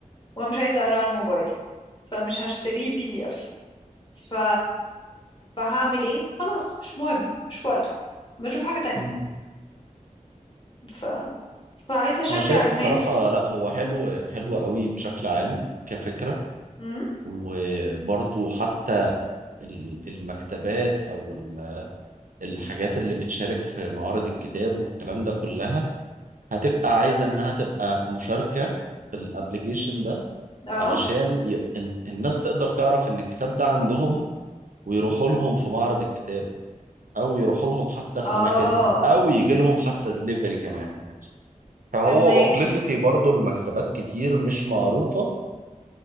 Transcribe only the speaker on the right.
مم.
انا شايف
بصراحة لا هو حلو حلو قوي بشكل عام كفكرة
وبرضو حتى ال- المكتبات او ال- الحاجات اللي بتشارك في معارض الكتاب والكلام ده كلها هتبقى عايزة انها تبقى مشاركة في الابليكيشن ده
علشان ي... إن- الناس تقدر تعرف ان الكتاب ده عندهم ويروحوا لهم في معرض الكتاب او يروحوا لهم حتى
في اماكنهم او يجي لهم حتى دليفري كمان فهو
بابليستي برضو المكتبات كتير مش معروفة